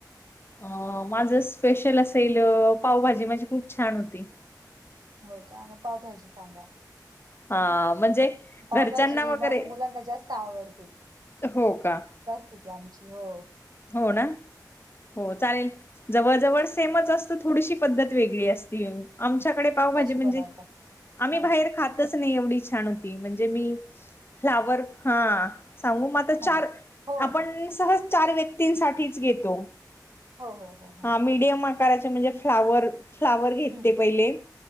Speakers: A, on the left; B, on the right.
A: अं, माझं स्पेशल असेल पावभाजी माझी खूप छान होती.
B: हो का? मग पावभजी सांगा.
A: हा म्हणजे
B: पावभाजी
A: घरच्यांना वगैरे
B: माझ्या मुलांना जास्त आवडते.
A: हो का?
B: तिथे आमची हो
A: हो ना हो चालेल, जवळ जवळ सेमच असते थोडीशी पद्धत वेगळी असते. आमच्याकडे
B: तुम्ही
A: पाव भाजी
B: कशी
A: म्हणजे
B: बनवता
A: आम्ही
B: हा
A: बाहेर खातच नाही एवढी छान होती म्हणजे मी, फ्लावर हा सांगू मग आता चार
B: हा हो
A: आपण
B: हो
A: सहज चार व्यक्ती तीन साठीच घेतो
B: हो हो हो हो
A: हा मिडियम आकाराच्या म्हणजे फ्लावर फ्लावर घेत
B: हम्म
A: पहिले